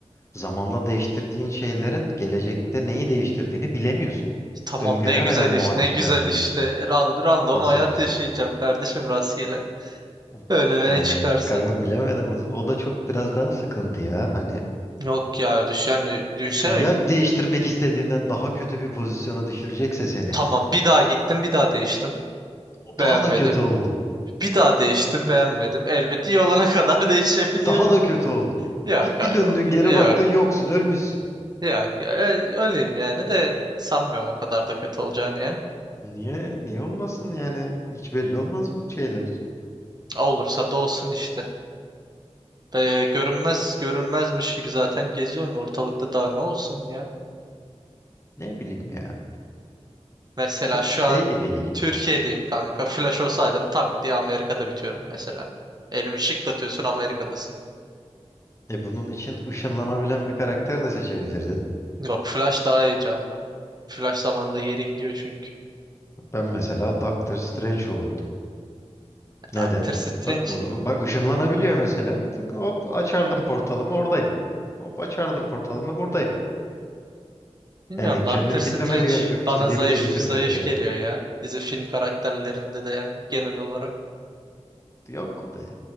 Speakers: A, on the left; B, on the right.
A: Zamanla değiştirdiğin şeylerin gelecekte neyi değiştirdiğini bilemiyorsun.
B: Tamam
A: Öngöremeden
B: ne güzel
A: muhale-
B: iş, ne
A: müdahale
B: güzel
A: ediyorsun.
B: işte. Rand random
A: Nasıl
B: hayat
A: güzel.
B: yaşayacağım kardeşim rastgele.
A: O-
B: Önüme
A: yani
B: ne çıkarsa.
A: kanka bilemedim. O, o da çok biraz daha sıkıntı ya. Hani
B: Yok ya düş yani düşünsene
A: şimdi ya değiştirmek istediğinden daha kötü bir pozisyona düşürecekse seni.
B: tamam bir daha gittim bir daha değiştim.
A: O
B: Beğenmedim.
A: daha da kötü oldu.
B: Bir daha değiştim beğenmedim. Elbette iyi olana <laughs> kadar değişebiliyorum.
A: Daha da kötü oldu.
B: Yok
A: Bir,
B: ay-
A: bir döndün
B: yok
A: geri
B: yok
A: baktın yoksun ölmüşsün.
B: ya. E, Öyleyim yani de sanmıyorum o kadar da kötü olacağını ya.
A: Niye? Niye olmasın yani? Hiç belli olmaz bu şeyler.
B: Olursa da olsun işte. Böyle görünmez görünmezmiş gibi zaten geziyorsun ortalıkta daha ne olsun ya.
A: Ne bileyim ya.
B: Mesela
A: Çok
B: şu
A: şey
B: an
A: gibi geliyor.
B: Türkiye'deyim kanka. Flash olsaydım tak diye Amerika'da bitiyorum mesela. Elimi şıklatıyorsun Amerika'dasın.
A: E bunun için ışınlanabilen bir karakter de seçebilirdin.
B: Yok Flash daha heyecanlı. Flash zamanda geri gidiyor çünkü.
A: Ben mesela Doctor Strange olurdum.
B: Doctor
A: Neden?
B: Strange
A: Bak onu bak ışınlanabiliyor mesela. Tık hop açardım portalımı oradayım. Hop açardım portalımı buradayım.
B: Bilmiyorum
A: Yani kendim
B: Doctor Strange
A: gitmeme de gerek yok.
B: bana
A: İstediğimi
B: zayıf
A: de getirtebilirdim.
B: zayıf geliyor ya. Dizi film karakterlerinde de yani genel olarak.
A: Yok be.